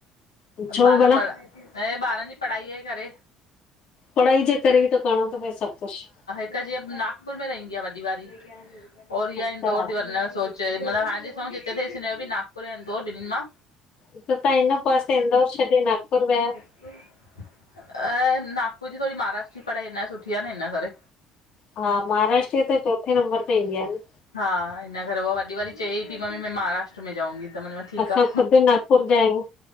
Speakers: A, on the left (about 45°); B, on the left (about 85°).
A: छो
B: बारह
A: भला?
B: पड़ा ऐं ॿारनि जी पढ़ाई जे करे।
A: पढ़ाई जे करे ई त करणो थो पए सभु कुछु।
B: हिकु जीअं नागपुर में रहंदी आहे वॾी वारी और इहा
A: अच्छा,
B: इंदौर थी वञणु जो सोच चयो मां, हाणे ॾिसूं जिथे थी हिन जो बि नागपुर यां इन्दौर ॿिननि मां।
A: हिकु त हिननि पासे इंदौर छॾे नागपुर विया?
B: ऐं नागपुर जी थोडी महाराष्ट्र जी पढ़ाई अञा सुठी आहे न हिन करे।
A: हा, महाराष्ट्र जी त चोथे नंबर ते ईंदी आ न।
B: हा, हिन करे हो वॾी वारी चए थी मम्मी में महाराष्ट में जाऊँगी। त मां ठीक
A: असां
B: आ
A: ख़ुदि नागपुर जा आहियूं।